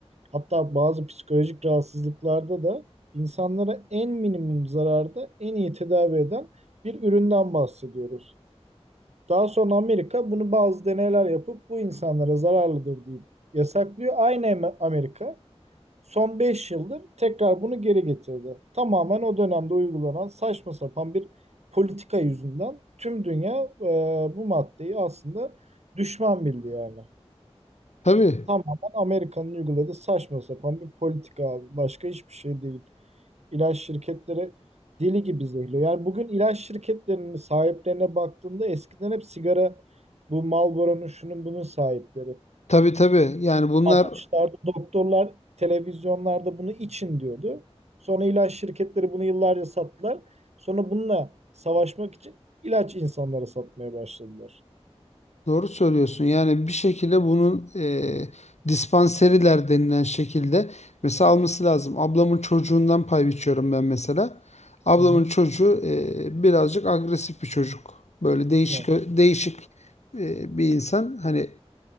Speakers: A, on the right; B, on the left.
A: hatta bazı psikolojik rahatsızlıklarda da insanlara en minimum zararda en iyi tedavi eden bir üründen bahsediyoruz. Daha sonra Amerika bunu bazı deneyler yapıp bu insanlara zararlıdır deyip yasaklıyor. Aynı Amerika son 5 yıldır tekrar bunu geri getirdi. Tamamen o dönemde uygulanan saçma sapan bir politika yüzünden tüm dünya e, bu maddeyi aslında düşman bildi yani.
B: Tabii,
A: Tamamen Amerika'nın uyguladığı saçma sapan bir politika abi. Başka hiçbir şey değil. İlaç şirketleri deli gibi zehirliyor. Yani bugün ilaç şirketlerinin sahiplerine baktığında eskiden hep sigara, bu Marlboro'nun şunun bunun sahipleri.
B: tabii tabii. Yani bunlar
A: 60'larda doktorlar televizyonlarda bunu için diyordu. Sonra ilaç şirketleri bunu yıllarca sattılar. Sonra bununla savaşmak için ilaç insanlara satmaya başladılar.
B: Doğru söylüyorsun. Yani bir şekilde bunun e, dispanseriler denilen şekilde mesela alması lazım. Ablamın çocuğundan pay biçiyorum ben mesela. Ablamın
A: Hı hı.
B: çocuğu e, birazcık agresif bir çocuk. Böyle değişik
A: Evet.
B: değişik e, bir insan. Hani